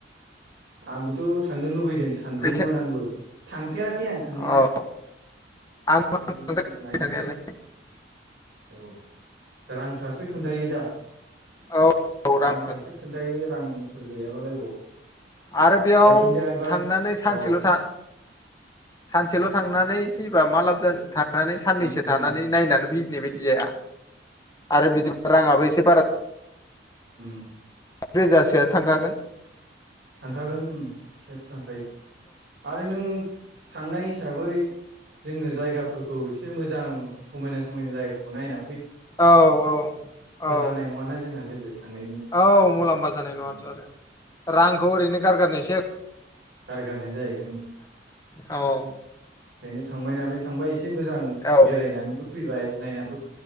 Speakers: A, on the right; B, on the left.
A: आंबोथ' थांनो लुबैदों। सानदोंमोन
B: फैसा
A: आंबो। थांफेरा खै आं थांनाया
B: औ
A: ओमफाय
B: आं
A: नायनोसै
B: थांनायालाय
A: औ रांफ्रासो खोन्थायो दा।
B: औ औ रां
A: रांफ्रासो खोन्थायो रां फोर गैयाबालाय अबाव।
B: आरो बेयाव
A: जायखिजाया एबार
B: थांनानै सानसेल'
A: औ
B: था सानसेल' थांनानै फैबा मा लाब जानो था नानै साननैसो
A: उम
B: थानानै नायनानै फै बेबायदि जाया। आरो बिदिबा राङाबो एसे बारा
A: होम।
B: रोजासोआ थांखागोन।
A: थांखागोन ओम सेरथामखाय आरो नों थांनाय हिसाबै जोंङो जायगाफोरखौ एसे मोजां समायना समायना जायगाफोरखौ नायना
B: औ औ औ
A: जानाय नङाना जोंहा जेबो थांनायनि
B: औ मुलाम्फा जानाय
A: उम
B: नङाथ' आरो
A: उम
B: रांखौ ओरैनो गारगारनायसो जा
A: गारगारनाय जायो
B: औ
A: ओंखायनो थांबाय नालाय थांबाय ए एसे मोजां
B: औ
A: बेरायनानैबो फैबाय नायनाबो